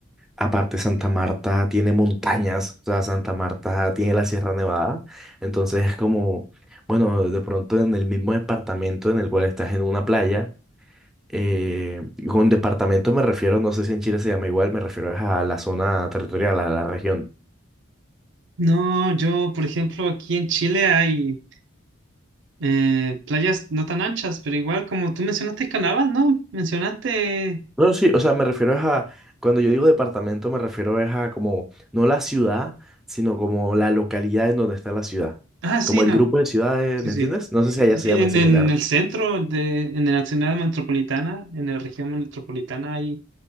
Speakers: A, in the centre; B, on the right.
A: Aparte, Santa Marta tiene montañas, o sea, Santa Marta tiene la Sierra Nevada, entonces es como, bueno, de pronto en el mismo departamento en el cual estás en una playa eh, con departamento me refiero, no sé si en Chile se llama igual, me refiero es a la zona territorial, a la región.
B: No, yo, por ejemplo, aquí en Chile hay. Eh, playas no tan anchas, pero igual como tú mencionaste Canavas ¿no? Mencionaste...
A: No, sí, o sea, me refiero es a, cuando yo digo departamento, me refiero es a como, no la ciudad, sino como la localidad en donde está la ciudad.
B: Ah, sí,
A: Como el
B: no.
A: grupo de ciudades,
B: Sí,
A: ¿me
B: sí.
A: entiendes? No sé si allá
B: Sí,
A: se
B: sí,
A: llama
B: en,
A: similar.
B: en el centro, de, en la ciudad metropolitana, en la región metropolitana hay